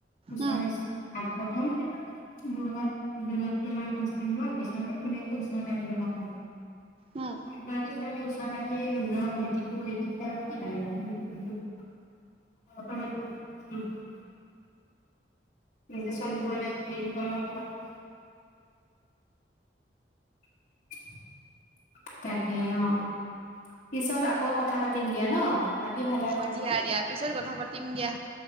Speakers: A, on the left; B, on the right.
A: ওচৰৰ
B: উম,
A: প্ৰথম ক্ষেত্ৰত তুমি দূৰত, দূৰত তোমাক কাম ছুটী দিব পিছেলে ধুনীয়াকে ওচৰত আহি ল'ব পাৰি
B: উম।
A: এগৰাকী ছোৱালী ওচৰত আহিয়ে নিজৰ ভেটিটো কৰি থাকিলে আৰু কি লাগে আৰু। অ <unintelligible> নিজে <unintelligible> নিবলৈ ইনকমৰ পথ <unintelligible> তাকে অ', পিছত আকৌ কথা পাতিম দিয়া ন। বাকী ভালে আছা
B: অ',
A: নহয়
B: দিয়া, দিয়া পিছত কথা পাতিম দিয়া।